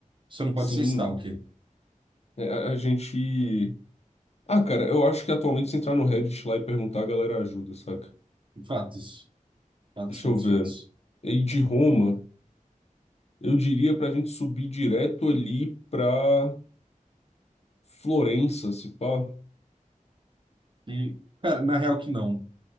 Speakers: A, on the right (about 35°); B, on the left (about 50°).
A: Só não pode
B: sim,
A: ser stalker.
B: é, a, a gente. Ah, cara, eu acho que atualmente se entrar no Reddit lá e perguntar, a galera ajuda, saca?
A: Fatos. Fatos,
B: Deixa
A: fatos,
B: eu ver.
A: fatos.
B: E de Roma, eu diria pra gente subir direto ali pra Florença, se pá.
A: E, cara, na real que não.